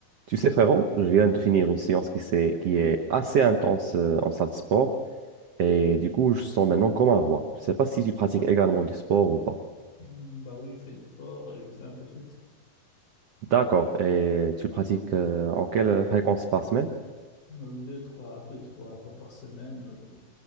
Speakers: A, on the right; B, on the left.
A: Tu sais, frérot, je viens de finir une séance qui, s'est- qui est assez intense euh, en salle de sport et du coup, je sens maintenant comme un roi. Je ne sais pas si tu pratiques également du sport ou pas.
B: Hmm, Bah oui, je fais du sport, euh, je fais un peu de foot.
A: D'accord. Et tu pratiques euh, en quelle fréquence par semaine?
B: Euh, Deux, trois, deux, trois fois par semaine. euh,